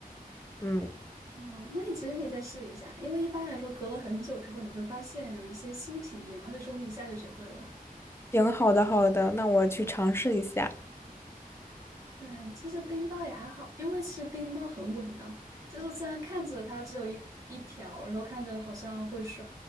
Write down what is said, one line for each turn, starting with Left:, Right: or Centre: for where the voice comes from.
Left: 嗯，
Right: 嗯，那你其实可以再试一下，因为一般来说隔了很久之后，你会发现有一些新体验，而且说不定一下就学会了。
Left: 行，好的，好的，那我去尝试一下。
Right: 对，其实冰刀也还好，因为其实冰刀很稳当，就是虽然看着它只有一一条，然后看着好像会摔，